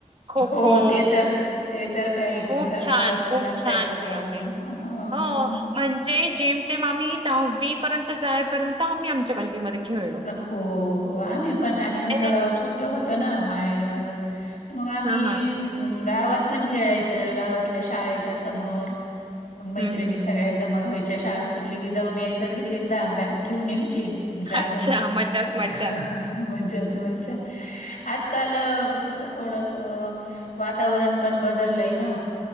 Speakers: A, on the right (about 45°); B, on the left (about 90°).
A: खो
B: हो...
A: खो
B: ते तर. ते.. तर काय
A: खूप छान
B: गावात पण
A: खूप
B: असायचं
A: छान खेळ
B: चालू.
A: होते
B: ह....
A: हो म्हणजे, जेम तेम आम्ही दहावी पर्यंत जायपर्यंत, आम्ही आमच्या गल्लीमध्ये खेळलो
B: हो... हो... आम्ही पण आणि आमचं
A: हा
B: गाव छोट होतं ना. माहेर माझ मग आम्ही....
A: हा हा
B: गावात पण खेळायचं. गावातल्या शाळेच्या समोर, मग मैत्रिणी
A: हम्म हम्म
B: सगळ्या
A: हम्म
B: जमा व्हायच्या शाळा सुटली की, जाऊन यायच घरी एकदा बॅग ठेवून यायची झालं.
A: अच्छा
B: मग,
A: मज्जाच
B: ह..
A: मज्जा
B: ह.. ह.. मज्जाच.. मज्जा.. आजकाल कसं थोडस, वातावरण पण बदललय ना?